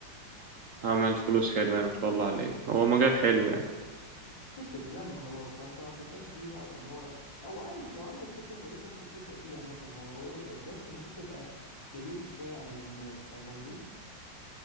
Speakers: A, on the right; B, on the left.
A: عمل فلوس حلوة يعني ما شاء الله عليه هو مجال حلو يعني
B: بس كتر لما خلاص فانت ما تبدأش فيه بقى عشان هو او عايز لو عندك فكرة كويسة ممكن تبدأ فيه عامة هو موضوع التراست المفروض تبقى كريتيف شوية عن الناس فاهم قصدي؟